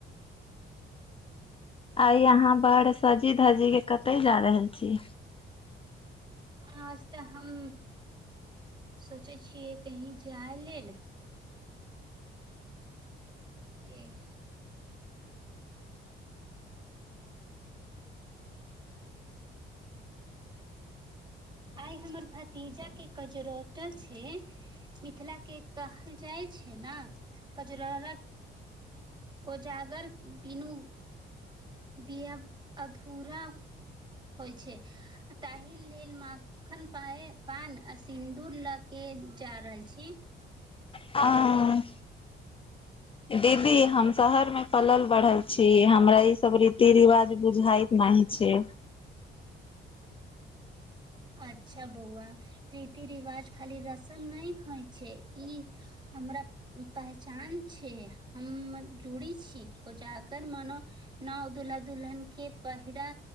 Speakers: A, on the left (about 30°); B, on the right (about 20°).
A: आई आहां बड़ सजी धजी के कते जा रहल छी
B: आज तऽ हम सोचै छियै कहीं जाइ लेल एक आइ हमर भतीजाके कजरोटा छै मिथिला के कहल जाइ छै ने कजुरोर कोजागर बिनू ब अधूरा होइ छै ताहि लेल मां माखन पाए पान आ सिन्दूर लगे जा रहल छी
A: आ दीदी हम शहर में पलल बढ़ल छी हमरा ई सब रीति रिवाज बुझाय नहि छै
B: अच्छा बौआ रीति रिवाज खाली रसम नहि होइ छै ई हमरा पहचान छै हम जुड़ी छी कोजागर म न नओ दुल्हा दुल्हन के पहिरा